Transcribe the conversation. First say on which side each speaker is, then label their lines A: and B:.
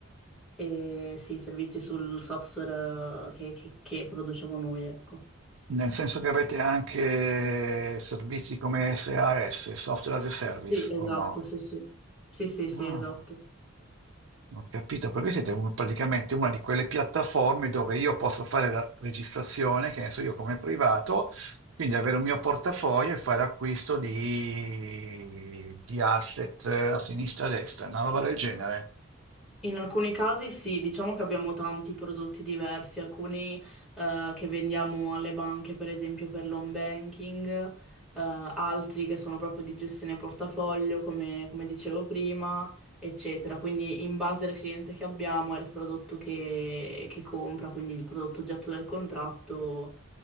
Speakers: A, in the centre; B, on the right (about 70°).
A: E sì, servizi sul software eh, che, che- che produciamo noi, ecco.
B: Nel senso che avete anche servizi come SaaS, Software as a Service,
A: Sì, esatto,
B: o no?
A: sì, sì. Sì, sì, sì,
B: Ah,
A: esatto.
B: ho capito, perché siete un- praticamente una di quelle piattaforme dove io posso fare la registrazione, che ne so io come privato, quindi avere un mio portafoglio e fare acquisto di, di asset a sinistra e a destra, una roba del genere.
A: In alcuni casi sì, diciamo che abbiamo tanti prodotti diversi, alcuni eh, che vendiamo alle banche, per esempio per l'home banking, eh, altri che sono proprio di gestione portafoglio, come, come dicevo prima, eccetera. Quindi in base al cliente che abbiamo è il prodotto che, che compra, quindi il prodotto oggetto del contratto,